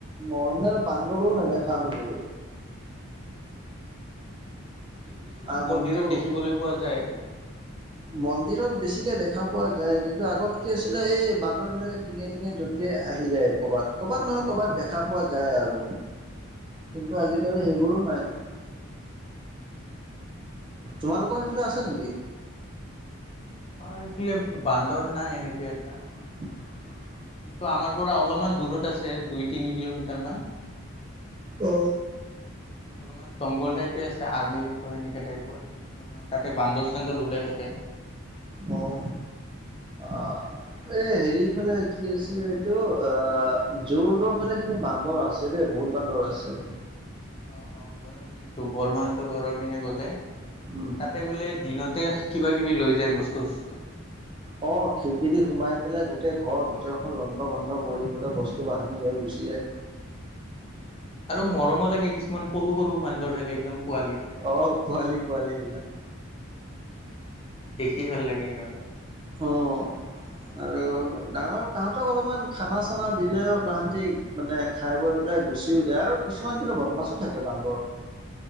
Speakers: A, on the right; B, on the left.
A: নৰ্মেল বান্দৰো নেদেখা হলো।
B: এই কিছুমান
A: আগতো
B: মন্দিৰত দেখিবলৈ পোৱা যায়।
A: মন্দিৰত বেছিকে দেখা পোৱা যায় কিন্তু আগত কি আছিলে এই বান্দৰ বিলাকে টিঙে টিঙে জপিয়ায় আহি যায় কৰ'বাত, কৰ'বাত নহয় কৰ'বাত দেখা পোৱা যায় আৰু। কিন্তু আজিকালি সেইবোৰো নাই।
B: তাকে,
A: তোমালোকৰ সেইফালে আছে নেকি?
B: আমাৰ এইফালে বান্দৰ নাই এনেকে এটা।
A: <unintelligible>
B: কিন্তু আমাৰ পৰা অলপমান দূৰত আছে, দুই তিনি কিলোমিটাৰ মান।
A: অ
B: অলপমান জংঘল টাইপে আছে আৰ্মি কেম্প সেনেকে টাইপত, অলপমান তাতে বান্দৰ চান্দৰ ওলাই থাকে।
A: অঁ' আহ'। এই সেৰিফালে কি আছিলে এইটো আঁ' যোৰ ৰ'দৰ ফালে কিন্তু বান্দৰ আছে দেই বহুত বান্দৰ আছে।
B: অঁ অঁ' মইয়ো শুনিছো বৰমাহতৰ ঘৰৰ পিনে গ'লে।
A: উম
B: তাতে বোলে দিনতে কিবা কিবি লৈ যায় বস্তু চস্তু।
A: অঁ' খিৰিকী দি সোমাই পেলাই গোটেই ঘৰৰ ভিতৰত
B: অ'।
A: লন্ধ ভন্ধ কৰি পেলাই বস্তু বাহানি লৈ গুচি যায়।
B: আৰু মৰমো লাগে কিছুমান সৰু সৰু বান্দৰ থাকে একদম পোৱালি।
A: অঁ' পোৱালি পোৱালি বিলাক।
B: দেখি ভাল লাগে সিহঁতক।
A: অঁ আৰু ডাঙৰ তাহাঁতক অলপমান খানা চানা দিলেও তাহাঁতি মানে খাই বৈ পেলাই গুচিও যায় আৰু কিছুমান কিন্তু বদমাছো থাকে বান্দৰ।